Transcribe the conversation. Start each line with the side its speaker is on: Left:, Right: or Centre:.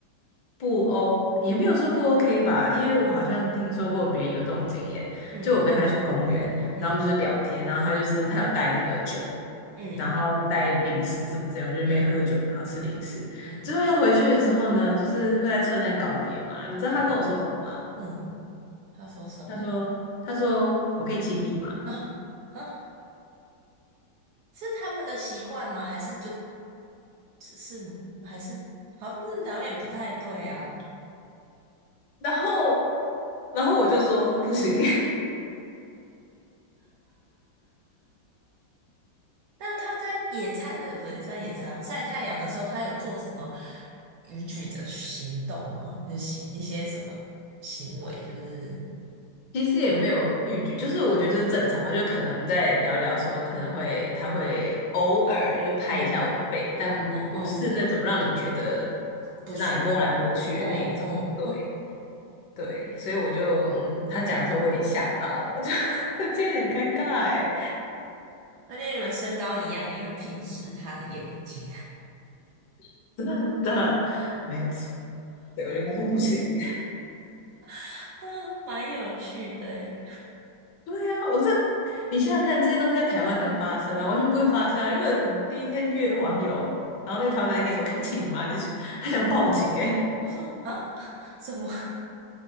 Left: 不 O，也没有说不 OK 吧，因为我好像听说过别人有这种经验，
Right: 嗯
Left: 就我跟他去公园，
Right: 嗯
Left: 然后我们就是聊天，然后他就是他有带那个酒，
Right: 嗯
Left: 然后带零食什么之类，我们就在那边喝酒，
Right: 嗯
Left: 然后吃零食，
Right: 嗯
Left: 最后要回去的时候呢，就是会在车站告别嘛，你知道他跟我说什么吗？
Right: 嗯嗯，嗯他说什么？
Left: 他说他说我可以亲你吗？
Right: 啊啊，是他们的习惯吗？还是就是是吗还是好像是好像也不太对啊。
Left: 然后然后我就说不行，
Right: 那他在野餐的不是算野餐晒太阳的时候，他有做什么逾矩的行动吗？就是行一些什么行为，就是
Left: 其实也没有预局，就是我觉得就是正常嘛，就可能我们在聊一聊的时候，可能会他会偶尔就拍一下我的背，
Right: 嗯
Left: 但不是那种让你觉得
Right: 嗯嗯不舒服。
Left: 在那里摸来摸去的那一种。
Right: 嗯嗯，
Left: 对
Right: 哼
Left: 对，所以我就嗯，他讲的时候我有点吓到，我就 <laughs> 这有点尴尬哎，
Right: 而且你们身高一样，你会平视他的眼睛，
Left: <laughs> 真的没有错，对，我就跟他说不行。
Right: <laughs> 嗯，蛮有趣的欸。
Left: 对呀、我这你想想看，这些东西在台湾能发生吗？完全不会发生啊！如果你第一天约网友，然后那个台湾男人跟你说“可以亲你吗”，你是还想报警诶、
Right: 我说啊，<laughs> 什么？